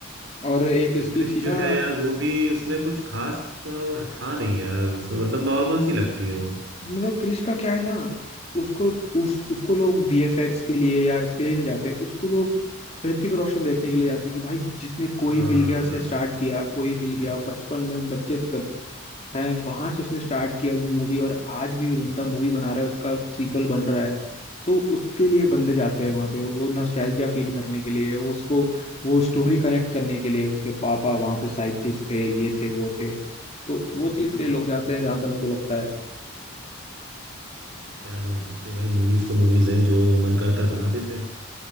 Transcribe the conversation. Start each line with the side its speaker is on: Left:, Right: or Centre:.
Left: और एक
Right: फिर
Left: इसकी
Right: कृष्ण
Left: थी ना
Right: जो है यार वो भी उसमें कुछ खास तो था नहीं यार उसमें मतलब नॉर्मल सी लगती है वो
Left: मतलब क्रिश का क्या है ना उसको उस उसको लोग बीएफएक्स के लिए या इसके लिए नहीं जाते उसको लोग ऋतिक रोशन देखने के लिए जाते हैं कि भाई जिसने कोई
Right: हाँ
Left: मिल गया से
Right: बस
Left: स्टार्ट किया कोई मिल गया बचपन में हम बच्चे थे तब हैं वहां से उसने स्टार्ट किया वो मूवी और आज भी वो बंदा मूवी बना रहा है उसका सीक्वल बन रहा है तो उसके लिए बंदे जाते हैं वहां पे वो नॉस्टैल्जिया फील करने के लिए वो उसको वो स्टोरी कनेक्ट करने के लिए उसके पापा वहां पे साइंटिस्ट थे ये थे वो थे तो वो चीज
Right: हम्म
Left: के लिए लोग जाते हैं जहां तक मेरे को लगता है
Right: अब क्या बोल सकते हैं भाई मूवीज तो मूवीज हैं जो मन करता है बना देते हैं